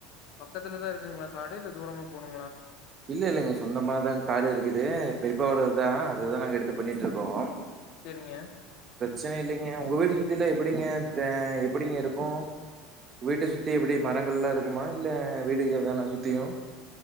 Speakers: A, on the left (about 60°); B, on the right (about 35°).
A: பக்கத்துலதான் இருக்குங்களா காடு இல்ல தூரமா போணுங்களா
B: இல்ல இல்லைங்க சொந்தமாதான் காடு இருக்குது பெரிப்பாவோடது தான் அதுதான் நாங்க எடுத்து பண்ணிட்டு இருக்கோம்
A: சரிங்க
B: சன இல்லைங்க உங்க வீட்ட சுத்திலாம் எப்டிங்க தா எப்டிங்க இருக்கும் வீட்ட சுத்தி எப்டி மரங்கள் லாம் இருக்குமா இல்ல வீடுகள் தானா சுத்தியும்